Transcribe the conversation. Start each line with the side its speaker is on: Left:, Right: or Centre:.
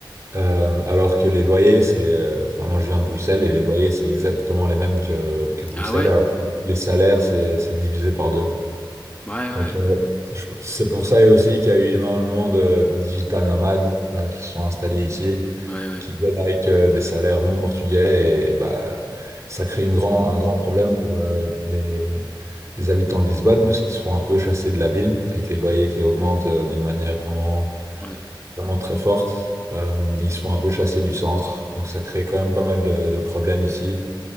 Right: Euh, alors que les loyers, c'est, euh, enfin, moi je viens de Bruxelles et les loyers, c'est exactement les mêmes que, que Bruxelles,
Left: Ah ouais?
Right: alors que les salaires, c'est, c'est divisé par deux, quoi.
Left: Ouais, ouais.
Right: Donc, euh, je- c'est pour ça aussi qu'il y a eu énormément de digital nomades, euh, qui se sont installés ici
Left: Ouais, ouais.
Right: qui viennent avec euh, des salaires non portugais et bah, ça crée une grand, un grand problème pour euh, les, les habitants de Lisbonne parce qu'ils se font un peu chasser de la ville avec les loyers qui augmentent euh, d'une manière vraiment,
Left: Ouais,
Right: vraiment très forte. Euh, ils se font un peu chasser du centre, donc ça crée quand même pas mal de, de problèmes ici.